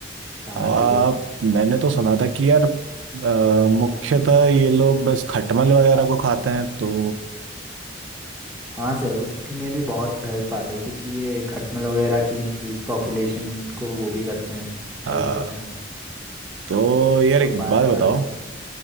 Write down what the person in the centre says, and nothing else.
प्लांट
से
हाँ सर उसमें भी बहुत हेल्प आते हैं क्योंकि ये खटमल वगैरह की इंक्रीज पॉपुलेशन को वो भी करते हैं
हेल्प करते हैं
और
बायोडाइवर्सिटी